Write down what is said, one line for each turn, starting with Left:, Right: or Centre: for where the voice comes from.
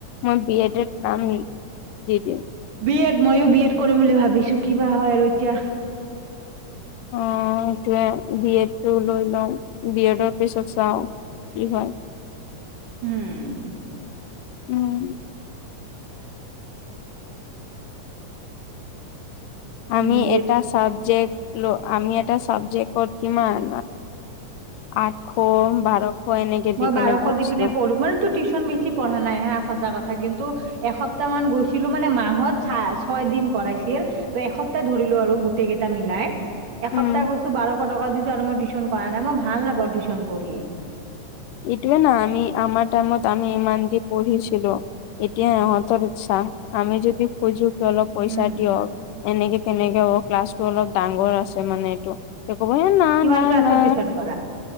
Left: মই বি এড <unintelligible> নাম দি দিম।
Right: বি এড মইয়ো বি এড কৰিম বুলি ভাবিছো কিবা হয় আৰু এতিয়া।
Left: অ সেইটোৱে বি এড টো লৈ লওঁ বি এডৰ পিছত চাওঁ কি হয়।
Right: উম্
Left: উম্ আমি
Right: বি
Left: এটা
Right: এড
Left: চাবজেক্ট। ল আমি এটা চাবজেক্ট কিমান আঠশ বাৰশ। এনেকে
Right: মই
Left: দি কেনে
Right: বাৰশ
Left: পঢ়িছিলো
Right: দি পিনে পঢ়ো মানে তো টিউশ্যন বেছি পঢ়া নাই হা সঁচা কথা কিন্তু এসপ্তাহ মান গৈছিলো মানে মাহত ছয় দিন কৰাইছিল। এসপ্তাহ ধৰিলো আৰু গোটেই কেইটা মিলাই। এসপ্তাহ
Left: উম
Right: গৈছো বাৰশ টকা দিছো আৰু মই টিউশ্যন কৰা নাই মই ভাল নাপওঁ টিউশ্যন পঢ়ি।
Left: ইটোৱে নাআমি আমাৰ টাইমত আমি ইমান দি পঢ়িছিলো এতিয়াহঁতৰ উৎ চাহ আমি যদি খুজোঁ। অলপ পইচা
Right: উম,
Left: দিয়ক এনেকে কেনেকে অ ক্লাছটো অলপ ডাঙৰ আছে মানে এইটো। ক'ব হ না
Right: কিমান
Left: না
Right: ক্লাছত
Left: না
Right: টিউচন কৰা?